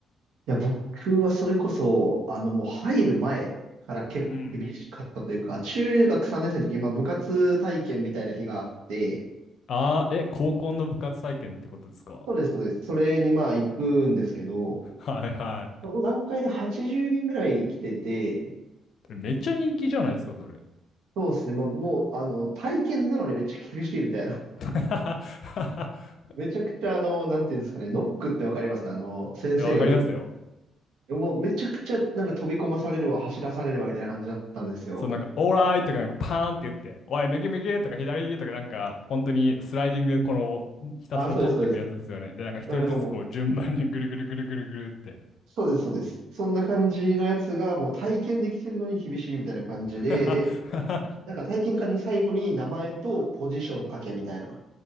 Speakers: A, on the right; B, on the left.
A: いや、僕はそれこそ、あの、もう入る前から結構厳しかったというか、
B: うん。
A: 中学3年生の時、まあ部活体験みたいな日があって、
B: ああ、え、高校の部活体験ってことですか
A: そうです、そうです。それにまあ行くんですけど、
B: はいは
A: その段階で80人ぐらい来てて、
B: い。めっちゃ人気じゃないですか、それ。
A: そうですね、まあ、もう、あの、体験なのにめっちゃ厳しいみたいな。<laughs>
B: <laughs>
A: めちゃくちゃ、あの、なんていうんですかね、ノックってわかりますあの、先生が打っ
B: いや、わかりますよ。
A: もうめちゃくちゃなんか飛び込まされるわ、走らされるわ、みたいな感じだったんですよ。
B: そう、なんか、オーライとか、なんか、パーンって言って、おい、右右とか、左右とか、なんか、本当にスライディングで、この、ひたすら取っていくやつですよね。
A: あ、そうです、そうです。
B: で、なんか、一人ずつ、
A: なんかもう、
B: こう、順番にぐるぐるぐるぐるぐるって。
A: そうです、そうです。そんな感じのやつがもう体験できてるのに厳しいみたいな感じで、
B: <laughs>
A: で、なんか体験会の最後に名前とポジション書けみたいな。